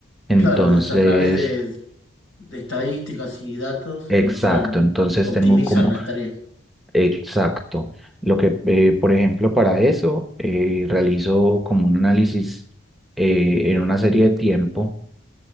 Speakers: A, in the centre; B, on the left.
A: Entonces,
B: claro, o sea, a través de, de estadísticas y datos
A: exacto,
B: mejoran,
A: entonces
B: optimizan
A: tengo como,
B: las tareas.
A: exacto, lo que, eh, por ejemplo, para eso eh, realizo como un análisis eh, en una serie de tiempo